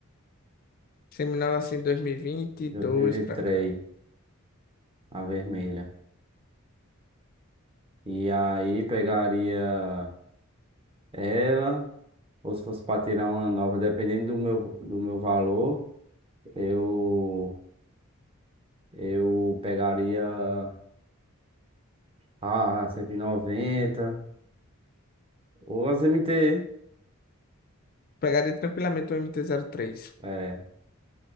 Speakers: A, on the left; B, on the right.
A: Seminova, assim, 2022
B: dois mil e vinte
A: pra
B: e três
A: cá.
B: a vermelha. E aí pegaria ela, ou se fosse para tirar uma nova, dependendo do meu, do meu valor, eu, eu pegaria a 190 ou as MT,
A: Pegaria tranquilamente o MT-03.
B: é.